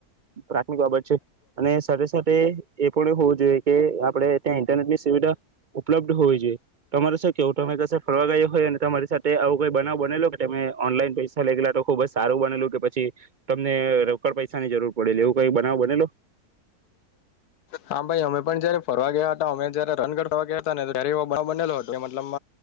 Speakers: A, on the right; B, on the left.
A: પ્રાથમિક બાબત છે અને સાથે સાથે એ પણ હોવું જોઈએ કે આપણે ત્યાં ઇન્ટરનેટ ની સુવિધા ઉપલબ્ધ હોવી જોઈએ તમારે કેવું તમે ફરવા ગયા હોય અને તમારી સાથે આવું કઈ બનાવ બનેલો કે તમે ઓનલાઈન પૈસા લઈ ગેલા તો ખુબ જ સારું બનેલું કે પછી તમને રોકડ પૈસાની જરૂર પડેલી એવું કઈ બનાવ બનેલો
B: હા ભાઈ અમે પણ જયારે ફરવા ગયા હતા અમે જયારે રનગર ફરવા ગયા હતા ને ત્યારે એ બ બનેલો હતો મતલબ